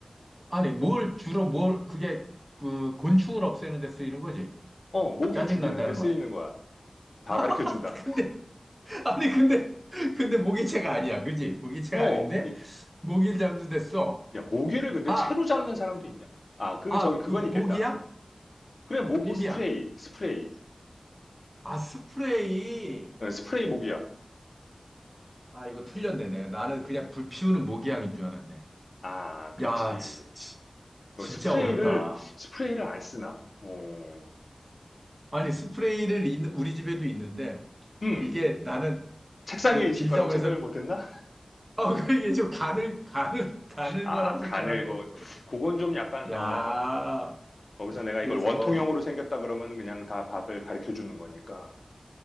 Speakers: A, on the right; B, on the left.
A: 아니, 뭘, 주로 뭘, 그게, 그, 곤충을 없애는 데 쓰이는 거지?
B: 어, 모기
A: 짜증난다는
B: 죽이는데 쓰이는
A: 건.
B: 거야. 다 가르쳐
A: <laughs>
B: 준다.
A: 근데, 아니, 근데, 근데 모기채가 아니야. 그지? 모기채가
B: 어,
A: 아닌데?
B: 이-
A: 모기를 잡는 데 써.
B: 야, 모기를 근데
A: 아,
B: 채로 잡는 사람도 있냐? 아, 그,
A: 아,
B: 저기, 그건
A: 그
B: 있겠다.
A: 모기향?
B: 그래, 모기
A: 모기향.
B: 스프레이, 스프레이.
A: 아, 스프레이.
B: 어, 스프레이 모기야.
A: 아, 이거 틀렸네. 내 나는 그냥 불 피우는 모기향인 줄 알았네.
B: 아, 그렇지.
A: 야, 지, 지-
B: 어,
A: 진짜
B: 스프레이를,
A: 어렵다.
B: 스프레이를 안 쓰나? 어.
A: 아니, 스프레이를 있- 우리 집에도 있는데
B: 음,
A: 이게 나는
B: 책상
A: 그
B: 위에 있을
A: 길다고
B: 거라고 생각을
A: 해서
B: 못 했나?
A: 어, <laughs> 이게 좀 가늘 가늘 가늘
B: 아,
A: 거라고
B: 간을,
A: 생각하고.
B: 그, 그건 좀 약간,
A: 야,
B: 어, 거기서 내가
A: 그래서
B: 이걸 원통형으로 생겼다 그러면 그냥 다 밥을 가르쳐 주는 거니까.